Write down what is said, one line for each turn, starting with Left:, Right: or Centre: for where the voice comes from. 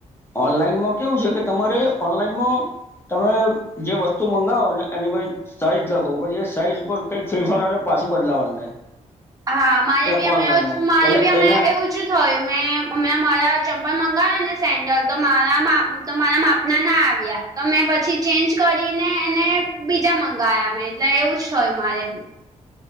Left: ઓનલાઈનમાં કેવું છે કે તમારે ઓનલાઈનમાં તમે જે વસ્તુ મંગાવો ને એની બધી સાઈઝ લખો પછી એ સાઈઝ ઉપર કઈક ફેરફાર આવે તો પાછું બદલાવાનું થાય.
Right: હા મારે
Left: એ
Right: બી હમડા
Left: ઓનલાઈનમાં
Right: અવુ જ મારે
Left: એટલે
Right: બી અમ
Left: એના
Right: એવું જ થયું મેં અ મારા ચંપલ મંગાવયા ને સેન્ડલ તો મારા તો મારા માપના ના આવ્યા. તો મેં પછી ચેન્જ કરીને એને બીજા મંગાવયા મેં એટલે એવું જ થયું મારે બી.